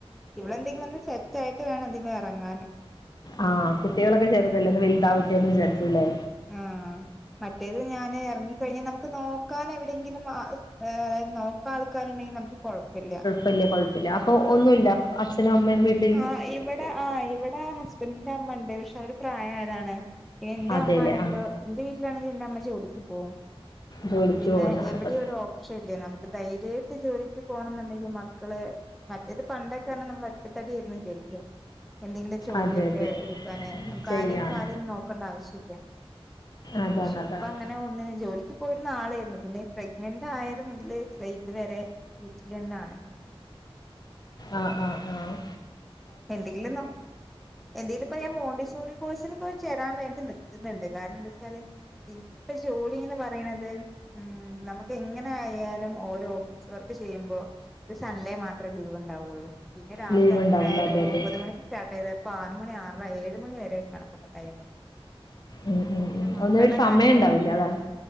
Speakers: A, in the centre; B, on the left (about 40°).
A: ഇവിടെ എന്തെങ്കിലും ഒന്ന് സെറ്റ് ആയിട്ട് വേണം എന്തെങ്കിലും ഇറങ്ങാൻ
B: ആഹ് കുട്ടികളൊക്കെ ചെറുതല്ലേ ഒന്ന് വലുതാവട്ടെന്ന് വിചാരിച്ചുല്ലേ
A: ആഹ് മറ്റേത് ഞാൻ ഇറങ്ങിക്കഴിഞ്ഞൽ നമ്മുക്ക് നമുക്ക് നോക്കാൻ എവിടെങ്കിലും ആഹ് അതായത് നോക്കാൻ ആൾക്കാരുണ്ടെങ്കിൽ നമുക്ക് കുഴപ്പമില്ല.
B: വലിയ കുഴപ്പമില്ല അപ്പൊ ഒന്നുമില്ല അഛനും അമ്മയും വീ-
A: ആഹ് ഇവിടെ ആഹ് ഇവിടെ ഹസ്ബൻ്റിന്റെ അമ്മ ഉണ്ട് പക്ഷെ അവർ പ്രായമായതാണ് എന്റെ
B: അതെ
A: അമ്മമാണെങ്കിൽ
B: അല്ലേ ആ
A: എന്റെ വീട്ടിലാെങ്കിൽ എന്റെ അമ്മ ജോലിക്ക് പോകും
B: ജോലിക്ക്
A: അപ്പൊ പിന്നെ
B: പോകുന്ന ആളപ്പൊ
A: എവിടെ ഒരു ഒപ്,, നമുക്ക് ധൈര്യമായിട്ട് ജോലിക്ക് പോകണം എന്നുണ്ടെങ്കിൽ മക്കളേ മറ്റേത് പണ്ടൊക്കെയാണ് നമ്മൾ ത്തടിയിരുന്നു ചരിക്കാം എന്തെങ്കിലും ജോലിയൊക്കെ
B: അതെ അതെ
A: എടുക്കാൻ നമുക്ക്
B: ചെയ്യാൻ
A: ആരെയും കാരും നോക്കണ്ട. ആവശ്യമില്ല
B: അതാണ്
A: പക്ഷെ ഇപ്പൊ
B: അതാണ്
A: അങ്ങനെ ഒന്നിന് ജോലിക്ക്,, ഇപ്പൊ ഒരു നാളായിരുന്നു പിന്നെ പ്രഗ്നന്റ് ആയത് മുതൽ ദേ ഇതുവരെ വീട്ടിൽ തന്നെയാണ് <inaudible>
B: ആഹ് ആഹ് ആഹ്
A: എന്തെങ്കിലുന്നോ എന്തെങ്കിലു ഇപ്പ ഞാൻ മോണ്ടിസോറി,, കോഴ്സിനു പോയി ചേരാൻ വേണ്ടി നിൽക്കുന്നുണ്ട്. കാരണം എന്താ വെച്ചാല് എനിക്ക് ഇപ്പൊ ജോലിന്ന് പറയണത് ഉം നമുക്ക് എങ്ങനെ ആയാലും ഓരോ ഓഫീസ് വർക്ക് ചെയ്യുമ്പോ ഒരു സൺഡേ മാത്രമേ ലീവ് ഉണ്ടാവുള്ളൂ. പിന്നെ രാവിലെ
B: ലീവ്
A: എങ്ങനെ
B: ഉണ്ടാവില്ല
A: ആയാലും
B: അതെ
A: ഒരു
B: അതെ
A: ഒമ്പത് ഒമ്പത് മണിക്ക് സ്റ്റാർട്ട് ചെയ്ത ഇപ്പ ആറ് മണി അറര ഏഴ് മണി വരെയക്കണപ്പത്തെ ടൈമ്.
B: ഉം,
A: അപ്പൊ
B: ഉം,
A: പിന്നെ
B: ഉം.
A: മക്കളുടെ
B: ഒന്നിനും ഒരു സമയം
A: കാര്യങ്ങളോ?.
B: ഉണ്ടാവില്ല അതാണ്